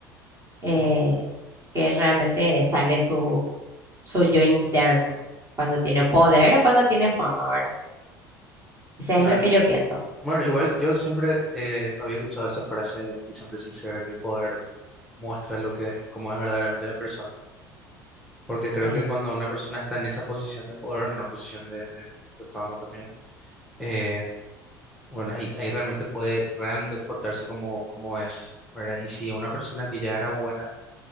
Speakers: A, on the right; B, in the centre.
A: eh,
B: ujú.
A: que realmente sale su, su yo interno, cuando tiene poder o cuando tiene fama, ¿verdad? Ese
B: Claro.
A: es lo que yo pienso.
B: Bueno, igual yo siempre eh, había escuchado esa frase que siempre se dice, ¿verdad? que el poder muestra lo que, cómo es verdaderamente la persona. porque creo
A: eh,
B: que cuando una persona está en esa posición de poder, en una posición de, de- de fama también, eh, bueno, ahí, ahí realmente puede realmente comportarse como, como es, ¿verdad? Y si a una persona que ya era buena